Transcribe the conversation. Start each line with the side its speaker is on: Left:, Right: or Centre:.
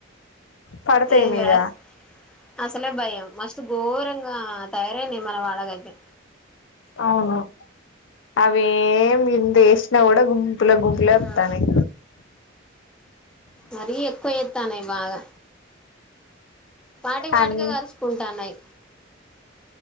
Left: పడతాయ్
Centre: ఏం
Left: మీద
Centre: లేదు అసలే భయం మస్తు ఘోరంగా తయారైనాయి మన వాడలో అయితే
Left: అవును అవేం గింతా ఏసిన కూడా గుంపులు గుంపులే వత్తాన్నాయి
Centre: ఆ మరి ఎక్కువ చేత్తన్నాయ్ బాగా వాటికి వాటికే
Left: అన్
Centre: కరుసుకుంటానాయ్